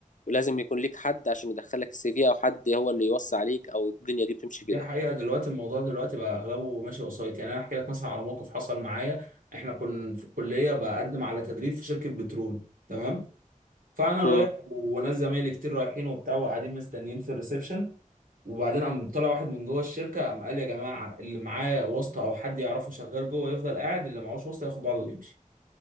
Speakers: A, on the left; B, on the right.
A: لازم يكون ليك حد عشان يدخلك السي في او حد هو اللي يوصي عليك او الدنيا دي بتمشي
B: دي
A: كده
B: حقيقه دلوقتي الموضوع دلوقتي بقى اغلبه ماشي وسايط يعني انا احكي لك مثلا على موقف حصل معايا احنا كنا في الكليه بقدم على تدريب في شركه بترول تمام فانا رايح
A: امم
B: وناس زمايلي كتير رايحين وبتاع وقاعدين مستنيين في الريسبشن وبعدين قام طلع واحد من جوه الشركه قام قال يا جماعه اللي معاه واسطه او حد يعرفه شغال جوه يفضل قاعد اللي معهوش واسطه ياخد بعضه ويمشي